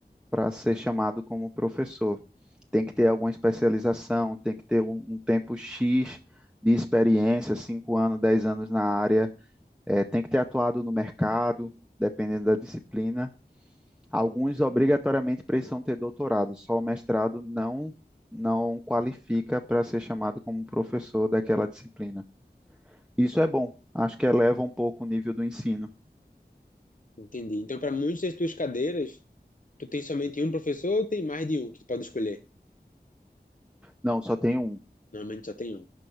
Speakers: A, in the centre; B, on the left (about 50°).
A: para ser chamado como professor. Tem que ter alguma especialização, tem que ter um, um tempo X de experiência, 5 anos, 10 anos na área, eh, tem que ter atuado no mercado, dependendo da disciplina. Alguns obrigatoriamente precisam ter doutorado, só o mestrado não não qualifica para ser chamado como professor daquela disciplina. Isso é bom, acho que eleva um pouco o nível do ensino.
B: Entendi. Então, para muitas das tuas cadeiras, tu tem somente um professor ou tem mais de um que tu pode escolher?
A: Não, só tem um.
B: Normalmente só tem um.